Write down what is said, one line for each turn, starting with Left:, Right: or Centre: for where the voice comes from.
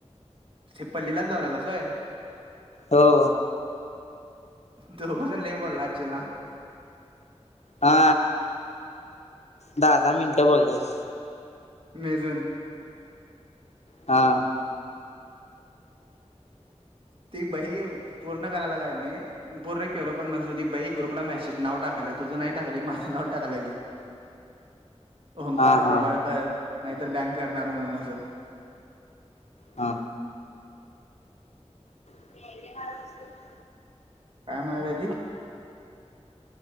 Right: िपल्लीलाच लावलेलासय.
Left: हो.
Right: तो बघ लय बोलला आचेला
Left: हा दहा दहा मिनटं बोलाईस.
Right: नाय जान
Left: हा
Right: ती बही पूर्ण करायला का नाही पूरण केलो पण नस ती बाई ग्रुपला मॅसेज नाव टाकायला तुझं नाही टाकली माझं नाव टाकलेली होंकार
Left: हा हा
Right: प्रभाळकर नाहीतर बॅन करणार म्हणून असं-
Left: हा. <unintelligible>
Right: काय म्हणालाय ती